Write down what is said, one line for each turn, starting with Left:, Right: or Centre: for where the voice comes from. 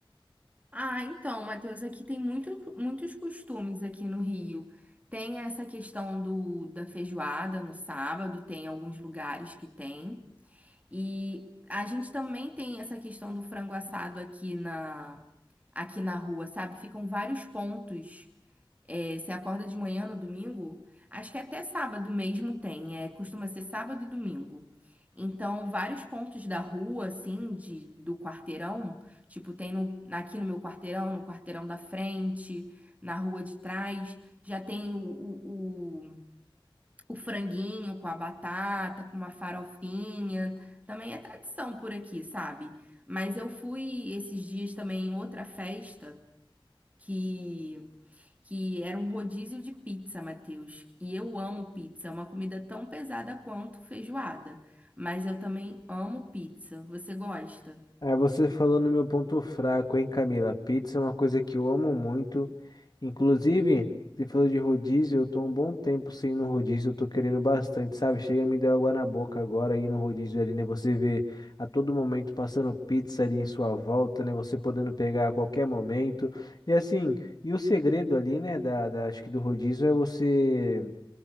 Right: Ah, então, Matheus, aqui tem muito, muitos costumes aqui no Rio. Tem essa questão do, da feijoada no sábado, tem alguns lugares que tem. E a gente também tem essa questão do frango assado aqui na, aqui na rua, sabe? Ficam vários pontos é, você acorda de manhã no domingo? Acho que até sábado mesmo tem, é, costuma ser sábado e domingo. Então, vários pontos da rua, assim, de, do quarteirão, tipo, tem no- aqui no meu quarteirão, no quarteirão da frente, na rua de trás, já tem o, o, o- o franguinho com a batata, com uma farofinha. Também é tradição por aqui, sabe? Mas eu fui esses dias também em outra festa que que era um rodízio de pizza, Matheus. E eu amo pizza, é uma comida tão pesada quanto feijoada. Mas eu também amo pizza. Você gosta?
Left: Aí você falou no meu ponto fraco, hein, Camila? Pizza é uma coisa que eu amo muito. Inclusive, você falou de rodízio, eu tô há um bom tempo sem ir no rodízio, eu tô querendo bastante, sabe? Chega, me deu água na boca agora ir no rodízio ali, né? Você vê a todo momento passando pizza ali em sua volta, né? Você podendo pegar a qualquer momento. E assim, e o segredo ali, né, da, da, acho que do rodízio é você